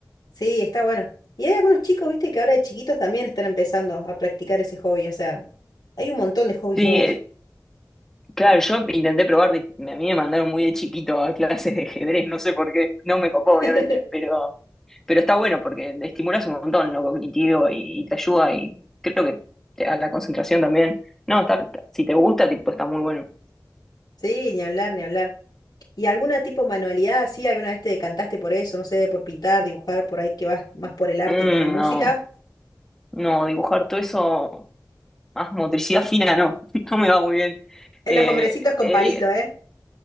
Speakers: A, on the left; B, in the centre.
A: sí, está bueno. Y hay algunos chicos, viste, que ahora de chiquitos también están empezando a practicar ese hobby. O sea, hay un montón de hobbies
B: Sí,
A: nuevos.
B: eh, claro, yo intenté probar, de- a mí me mandaron muy de chiquito a clases de ajedrez, no sé por qué. No me copó,
A: <laughs>
B: obviamente, pero, pero está bueno porque te estimulas un montón lo cognitivo y, y te ayuda y creo que te- a la concentración también. No, está, está- si te gusta, tipo, está muy bueno.
A: Sí, ni hablar, ni hablar. ¿Y alguna tipo manualidad así? ¿Alguna vez te decantaste por eso? No sé, por pintar, dibujar, por ahí que vas más por el arte
B: Mm,
A: con la música.
B: no, no, dibujar todo eso, más motricidad fina, no, <laughs> no me va muy bien.
A: En
B: Eh,
A: los hombrecitos con
B: eh,
A: palito,
B: di-
A: ¿eh?